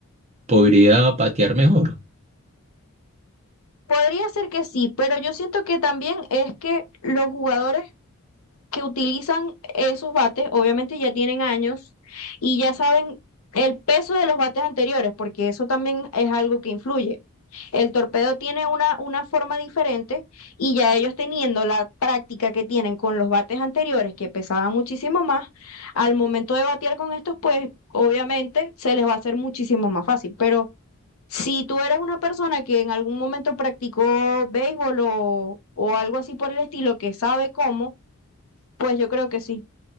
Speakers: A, on the right; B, on the left.
A: podría patear mejor?
B: Podría ser que sí, pero yo siento que también es que los jugadores que utilizan esos bates, obviamente ya tienen años y ya saben el peso de los bates anteriores, porque eso también es algo que influye. El torpedo tiene una, una forma diferente y ya ellos teniendo la práctica que tienen con los bates anteriores, que pesaban muchísimo más, al momento de batear con estos, pues obviamente se les va a hacer muchísimo más fácil. Pero si tú eres una persona que en algún momento practicó béisbol o, o algo así por el estilo, que sabe cómo, pues yo creo que sí.